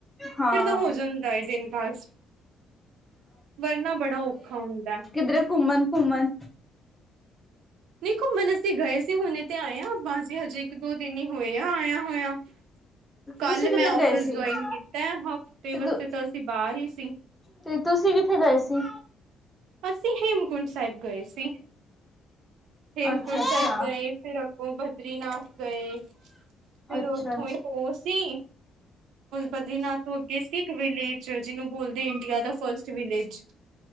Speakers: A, in the centre; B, on the right.
A: ਹਾਂ
B: ਫਿਰ ਤਾਂ ਹੋ ਜਾਂਦਾ ਏ ਦਿਨ ਪਾਸ। ਵਰਨਾ ਬੜਾ ਔਖਾ ਹੁੰਦਾ।
A: ਕਿਧਰੇ ਘੁੰਮਣ-ਘੁੰਮਣ
B: ਦੇਖੋ <unintelligible> ਅਸੀਂ ਗਏ ਸੀ ਹੁਣੇ ਤੇ ਆਏ ਆਂ ਬਾਸ ਹਜੇ ਇੱਕ ਦੋ ਦਿਨ ਹੀ ਹੋਏ ਆਇਆ ਆਇਆ। ਕੱਲ
A: ਤੁਸੀਂ ਕਿੱਧਰ
B: ਮੈਂ ਔਫਿਸ
A: ਗਏ ਸੀ
B: ਜੌਇਨ
A: ਤੇ
B: ਕੀਤੈ ਹਫ਼ਤੇ ਵਸਤੇ
A: ਤੁ
B: ਤਾਂ ਅਸੀਂ ਬਾਰ ਹੀ ਸੀ।
A: ਤੇ ਤੁਸੀਂ ਕਿੱਥੇ ਗਏ ਸੀ?
B: ਅਸੀਂ ਹੇਮਕੁੰਟ ਸਾਹਿਬ ਗਏ ਸੀ ਹੇਮਕੁੰਟ
A: ਅੱਛਾ ਅੱਛਾ
B: ਸਾਹਿਬ ਗਏ। ਫਿਰ ਆਪਾਂ ਬਦਰੀਨਾਥ ਗਏ ਫਿਰ
A: ਅੱਛਾ
B: ਓਥੋਂ ਹੀ ਹੋ ਸੀ। ਬਦਰੀਨਾਥ ਤੋਂ ਅੱਗੇ ਸਿੱਖ ਵਿਲੇਜ ਜਿਨੂੰ ਬੋਲਦੇ ਇੰਡੀਆ ਦਾ ਫਸਟ ਵਿਲੇਜ।